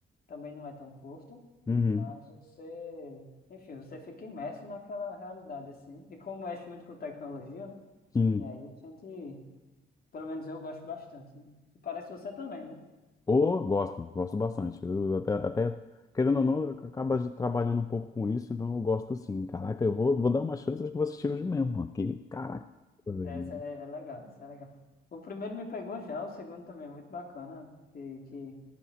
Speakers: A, on the left; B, on the left.
A: também não é tão curto,
B: Uhum.
A: mas você, enfim, você fica imerso naquela realidade assim. E como mexe muito com tecnologia, né?
B: Sim.
A: E aí a gente, pelo menos eu gosto bastante, né? E parece você também, né?
B: Ou gosto, gosto bastante. Eu até, até, querendo ou não, acaba trabalhando um pouco com isso, então eu gosto sim. Caraca, eu vou, vou dar uma chance, acho que vou assistir hoje mesmo, mano. Que, caraca, velho.
A: É, essa é, é legal, essa é legal. O primeiro me pegou já, o segundo também é muito bacana, que, que